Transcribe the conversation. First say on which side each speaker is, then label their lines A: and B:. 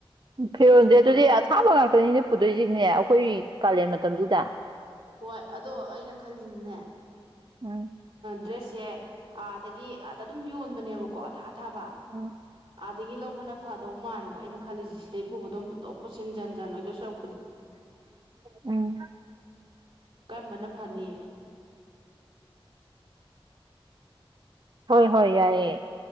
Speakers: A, on the right (about 50°); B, on the right (about 85°).
A: ꯎ ꯐꯤꯔꯣꯜꯗꯤꯦ
B: ꯑꯗꯨꯒꯨꯝꯕ
A: ꯑꯗꯨꯗꯤ ꯑꯊꯥꯕ ꯉꯥꯛꯇꯅꯤꯅꯦ ꯐꯨꯗꯣꯏꯁꯤꯅꯦ ꯑꯩꯈꯣꯏ ꯦ ꯃꯇꯝꯗꯨꯗ
B: ꯍꯣꯏ ꯑꯗꯣ ꯑꯩꯅ ꯈꯜꯂꯤꯅꯅꯦ
A: ꯎꯝ
B: ꯗ꯭ꯔꯦꯁ ꯁꯦ ꯑꯗꯒꯤ ꯑꯗ ꯑꯗꯨꯝ ꯌꯣꯟꯕꯅꯦꯕꯀꯣ ꯊꯕ
A: ꯎꯝ
B: ꯑꯗꯒꯤ ꯂꯧꯕꯅ ꯐꯗꯧ ꯃꯥꯟ ꯑꯗ ꯑꯩꯅ ꯈꯜꯂꯤꯁꯤ ꯁꯤꯗꯩ ꯄꯨꯕꯨ ꯑꯗꯨꯝ ꯄꯨꯊꯣꯛ ꯄꯨꯁꯤꯟꯖꯟꯖꯟ ꯑꯣꯏꯗ ꯁꯛ
A: ꯎꯝ
B: ꯀꯔꯝꯕꯅ ꯐꯅꯤꯌꯦ
A: ꯍꯣꯏ ꯍꯣꯏ ꯌꯥꯏꯑꯌꯦ